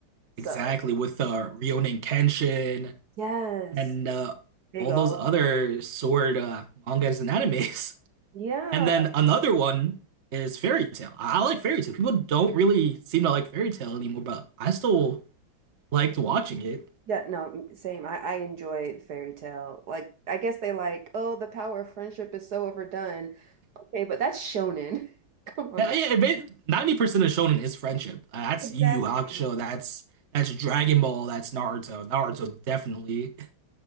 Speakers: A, on the right; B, on the right.
A: So
B: Exactly with uh Rurouni Kenshin
A: yes,
B: and uh
A: big
B: all
A: ol'
B: those other sword uh mangas and animes. <laughs>
A: yeah.
B: And then another one is Fairy Tale. I, I like Fairy Tale. People don't really seem to like Fairy Tale anymore, but I still liked watching it.
A: Yeah, no, same. I, I enjoy fairy tale. Like, I guess they like, oh, the power of friendship is so overdone. Okay, but that's shonen. <laughs> Come on,
B: Yeah,
A: guys.
B: yeah. It made, 90% of shonen is friendship. Uh, That's
A: Exactly.
B: Yu Yu Hakusho. That's that's Dragon Ball. That's Naruto. Naruto definitely. <laughs>